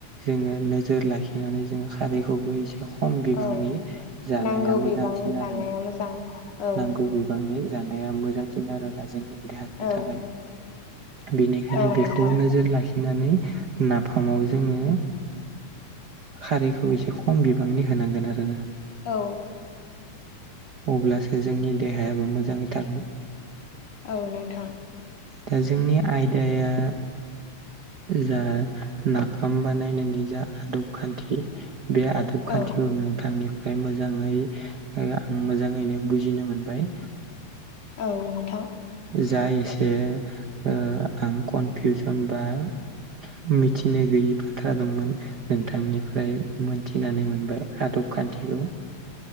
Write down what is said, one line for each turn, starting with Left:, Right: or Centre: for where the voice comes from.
Right: जोङो नोजोर लाखिनानै जोङो खारैखौबो एसे खम बिबांनि
Left: औ
Right: जानाया
Left: नांगौ
Right: मोजांसि
Left: बिबांनि
Right: आरो
Left: जानाया मोजां औ
Right: नांगौ बिबांनि जानाया मोजांसिन आरोोयना जोंनि देहानि
Left: औ
Right: थाखाय बेनिखायनो
Left: औ
Right: बेखौ
Left: नोंथां
Right: नोजोर लाखि निनै नाफामाव जोङो खारैखौ एसे खम बिबांनि होनांगोन आरोना।
Left: औ
Right: अब्लासो जोंनि देहायाबो मोजाङै थागोन।
Left: औ नोंथां।
Right: दा जोंनि आयदाया जा नाफाम बानायनायनि जा आदब खान्थि बे आ दब खान्थिखौ
Left: औ
Right: नोंथांनिफ्राय मोजाङै आं मोजाङैनो बुजिनो मोनबाय।
Left: औ नोंथां
Right: जा एसे ओ आं कनफिउजन बा मिथिनो गैयि बाथ्रा दंमोन। नोंथांनिफ्राय मोनथिनानै मोनबाय आदब खान्थिखौ